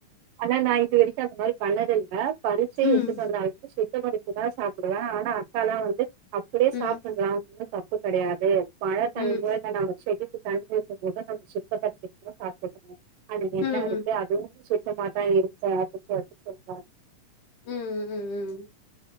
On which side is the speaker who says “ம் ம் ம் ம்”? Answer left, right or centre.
Left